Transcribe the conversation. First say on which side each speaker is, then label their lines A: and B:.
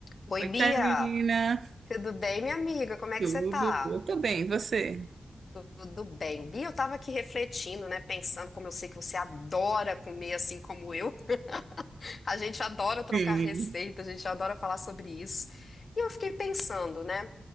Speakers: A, on the left; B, on the right.
A: Oi,
B: Oi,
A: Bia,
B: Karina.
A: tudo bem, minha amiga? Como é
B: Tudo?
A: que você tá?
B: Eu tô bem, e você?
A: Tudo bem. Bia, eu tava aqui refletindo, né, pensando como eu sei que você adora comer assim como eu. <laughs> A gente adora trocar
B: Sim.
A: receita, a gente adora falar sobre isso. E eu fiquei pensando, né?